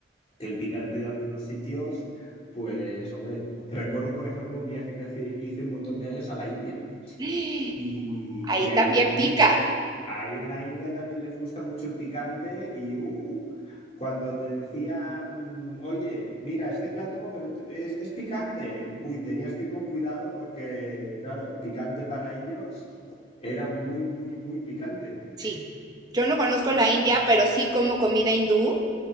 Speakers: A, on the left; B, on the right.
A: que el picante de algunos sitios, pues, hombre, recuerdo, por ejemplo, un viaje que hace- hice un montón de años a la India
B: <gasps>
A: y,
B: Ahí
A: y ahí
B: también
A: en la India
B: pica.
A: Ahí en la India también les gusta mucho el picante y uh, cuando te decían, oye, mira, este plato, pero te- es, es picante. Uy, tenías que ir con cuidado porque, claro, picante para ellos era muy, muy, muy picante.
B: Sí, yo no conozco
A: Pero
B: la
A: bueno,
B: India, pero sí como comida hindú